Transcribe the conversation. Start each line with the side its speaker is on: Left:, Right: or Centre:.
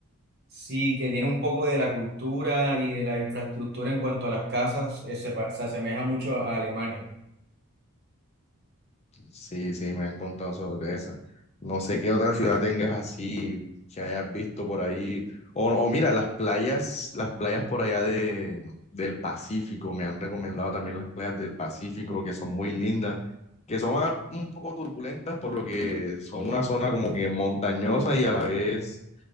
Right: Sí, que tiene un poco de la cultura y de la infraestructura en cuanto a las casas, eh, se, pa- se asemeja mucho a Alemania.
Left: Sí, sí, me han contado sobre esa. No sé qué otra ciudad tengas así que hayas visto por ahí. O, o mira, las playas, las playas por allá de, del Pacífico. Me han recomendado también las playas del Pacífico, que son muy lindas, que son ah, un poco turbulentas, por lo que son una zona como que montañosa y a la vez